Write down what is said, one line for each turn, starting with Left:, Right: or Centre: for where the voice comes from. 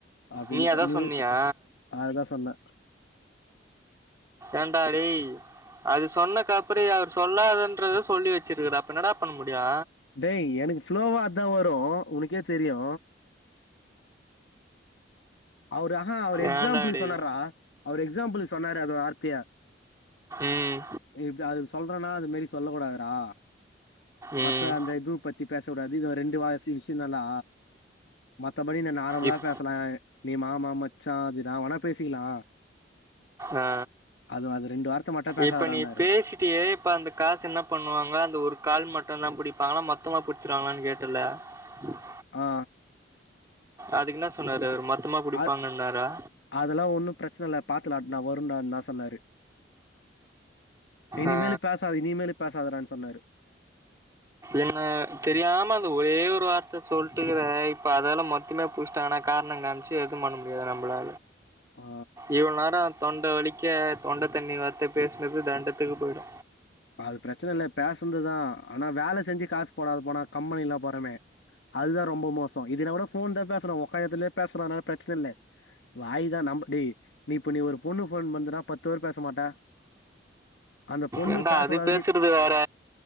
Left: அப்டின்னு
Right: நீ அதா
Left: ஓன்னுமே
Right: சொன்னியா
Left: ஆதுதா சொன்னே
Right: ஏண்டா டேய் அது சொன்னக்கு அப்புறோயு அவர் சொல்லாதன்றத சொல்லி வச்சிருக்கற அப்ப என்ன டா பண்ணமுடியு
Left: டேய் எனக்கு ஸ்ளோவா அதா வரு உனக்கே தெரியு அவரு ஆனா அவர் எக்ஸாம்பிளுக்கு
Right: ஏன்டா டேய்
Left: சொன்னாருடா அவரு எக்ஸாம்பிளுக்கு சொன்னாரு அது வார்த்தைய
Right: ம்
Left: நீ இப்ப அதுக்கு சொல்றேன்னா அது மாரி சொல்ல கூடாதுடா
Right: ம்
Left: மத்த அந்த இதுவு பத் பத்தி பேசக்கூடாது இது ரெண்டு வயசு விஷயம் தாண்டா மத்தபடி இது நார்மலாக
Right: இப்
Left: பேசலேன் நீ மாமா மச்சான் அது என்னா வேனா பேசிக்கலா
Right: ஆ
Left: அதுவு அது ரெண்டு வார்த்த மட்டு பேசாதறனாரு
Right: இப்ப நீ பேசிட்டியே இப்ப அந்த காசு என்ன பண்ணுவாங்க அந்த ஒரு கால் மட்டும்தா புடிப்பாங்ளா மொத்தமா புடிச்சிருவாங்ளானு கேட்டல்ல <unintelligible>
Left: ஆ
Right: அதுக்குனா சொன்னாரு அவ்ரு மொத்தமா புடிப்பாங்கன்னாரா
Left: அது அதெல்லா ஒன்னு பிரச்சனை இ பாத்துலட நா வரும்டுன சொன்னாரு இனிமேல
Right: ஆ
Left: பேசாது இனிமேல பேசாாதடானு சொன்னாரு
Right: என்ன தெரியாம அந்த ஒரே ஒரு வார்த்த சொல்லிட்டுக்கிற இப்ப அதால மொத் ம்ம புஸிட்டாங்கனா காரண காமிச்சு எதுவு பண்ண முடியாது நம்பள
Left: ஆ
Right: இவ்ள நேரோ தொண்ட வலிக்க தொண்ட தண்ணி வத்த பேசுனது தண்டத்துக்கு போயிடு
Left: அது பிரச்சன இல்ல பேசுனதுதா ஆனா வேல செஞ்சு காசு போடாது போனா கம்பெனில போறமே அதுதா ரொம்ப மோசொ இதன கூட ஃபோன் தா பேசுறோ உக்காந்த எடத்துலயே பேசறோ அதனால பிரச்சன இல்ல வாய் தா நம்ப டேய் நீ இப்ப நீ ஒரு பொண்ணு ஃபோன் பண்துடா பத்து பேர் பேச மாட்ட அந்த பொண்ணு
Right: ஏன்டா
Left: பேசக்கூடாது
Right: அது பேசுறது
Left: நீ
Right: வேற